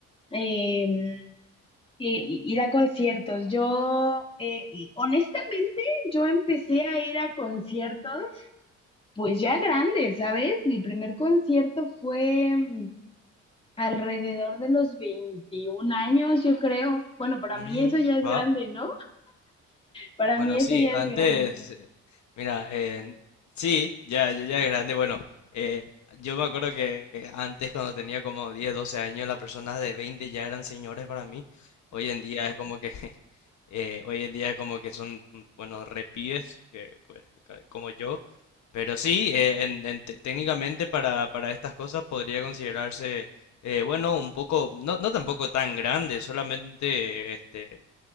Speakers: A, on the left (about 20°); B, on the left (about 70°).
A: eh, eh, ir a conciertos. Yo, eh, honestamente, yo empecé a ir a conciertos pues ya grande, ¿sabes? Mi primer concierto fue mm, alrededor de los 21 años, yo creo. Bueno, para mí
B: Ujú,
A: eso ya es grande,
B: va.
A: ¿no? Para
B: Bueno,
A: mí eso
B: sí,
A: ya
B: antes,
A: es grande.
B: eh, mira, eh, sí, ya, ya, ya es grande. Bueno, eh, yo me acuerdo que antes cuando tenía como 10 12 años, las personas de 20 ya eran señores para mí. Hoy en día es como que, <laughs> eh, hoy en día es como que son, mm, bueno, repibes, que, pues, ca- como yo. Pero sí, eh, en- en te- técnicamente para, para estas cosas podría considerarse, eh, bueno, un poco, no, no tampoco tan grande, solamente, este,